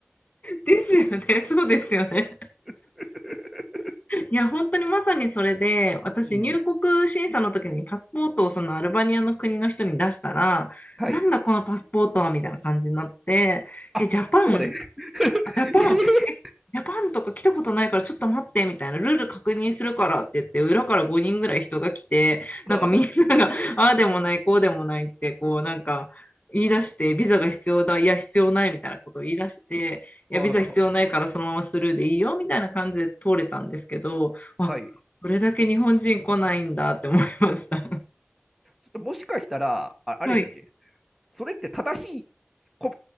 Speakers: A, on the left; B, in the centre.
A: ですよね。<laughs> そうですよね。
B: <laughs>
A: いや、本当にまさにそれで、私、
B: うん。
A: 入国審査の時にパスポートをそのアルバニアの国の人に出したら、
B: はい。
A: なんだこのパスポートはみたいな感じになって、
B: あ、
A: え、ジャパン
B: そこまで。<laughs>
A: ジャパン、え、ジャパンとか来たことないからちょっと待ってみたいな、ルール確認するからって言って、裏から5人ぐらい人が来て、
B: は
A: なんかみんなが、<laughs> ああでもない、こうでもないって、こうなんか言い出して、ビザが必要だ、いや必要ないみたいなことを言い出して、いやビザ必要ないからそのままスルーでいいよみたいな感じで通れたんですけど、
B: あはあ
A: あ、
B: はい。
A: それだけ日本人来ないんだって思いました。<laughs>
B: ちょっともしかしたら、あ、あれですよね。
A: はい。
B: それって正しいこ、